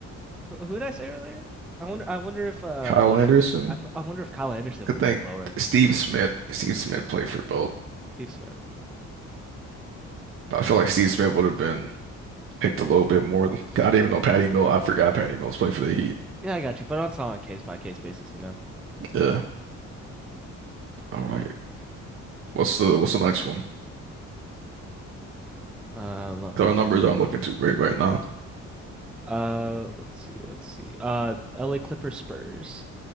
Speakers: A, in the centre; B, on the right.
A: Who, who did I say earlier? I wonder. I wonder if uh, uh
B: Kyle Anderson.
A: I, f I wonder if Kyle Anderson
B: Could
A: would have
B: think
A: been lower.
B: Steve Smith. Steve Smith played for both.
A: Steve Smith.
B: I feel like Steve Smith would have been picked a little bit more. than- I didn't even know Patty Mills. I forgot Patty Mills played for the Heat.
A: Yeah, I got you. But I'm talking on a case by case basis, you know.
B: Yeah. All right. What's the what's the next one?
A: Uh, lo-
B: So
A: lo-
B: Our numbers aren't looking too great right now.
A: uh, let's see, let's see. Uh, LA Clippers Spurs.